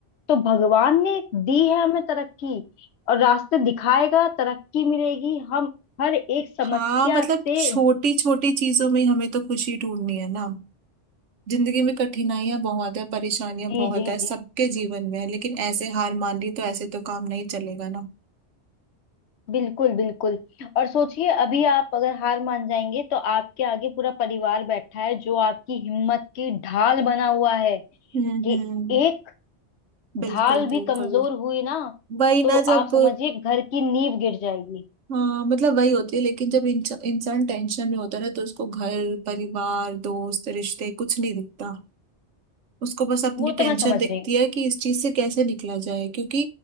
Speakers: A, on the left; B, on the right.
A: तो भगवान ने दी है हमें तरक्की और रास्ते दिखाएगा तरक्की मिलेगी हम हर एक समस्या
B: हाँ मतलब
A: से
B: छोटी छोटी चीजों में ही हमें तो खुशी ढूंढनी है ना जिंदगी में कठिनाइयां बहुत है परेशानियां
A: जी
B: बहुत
A: जी
B: है
A: जी
B: सबके जीवन में है लेकिन ऐसे हार मान ली तो ऐसे तो काम नहीं चलेगा ना
A: बिल्कुल बिल्कुल और सोचिए अभी आप अगर हार मान जाएंगे तो आपके आगे पूरा परिवार बैठा है जो आपकी हिम्मत की ढाल बना हुआ है
B: हम्म
A: कि
B: हम्म
A: एक
B: बिल्कुल
A: ढाल भी
B: बिल्कुल
A: कमजोर हुई ना
B: वही ना
A: तो
B: जब
A: आप समझिए घर की नींव गिर जाएगी
B: हाँ मतलब वही होती है लेकिन जब इंस- इंसान टेंशन में होता है ना तो उसको घर परिवार दोस्त रिश्ते कुछ नहीं दिखता उसको बस अपनी
A: वो
B: टेंशन
A: तो मैं समझ
B: दिखती
A: रही हूँ
B: है कि इस चीज से कैसे निकला जाए क्योंकि